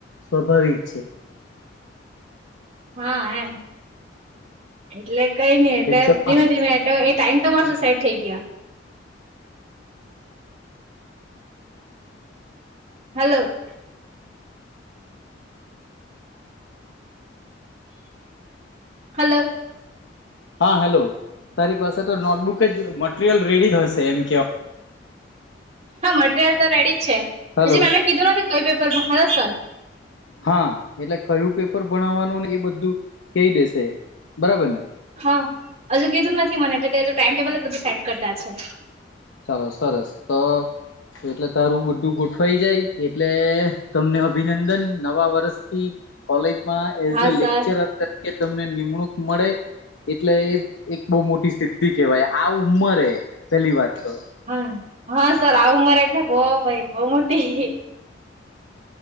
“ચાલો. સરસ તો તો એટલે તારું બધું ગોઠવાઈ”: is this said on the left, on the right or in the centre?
Left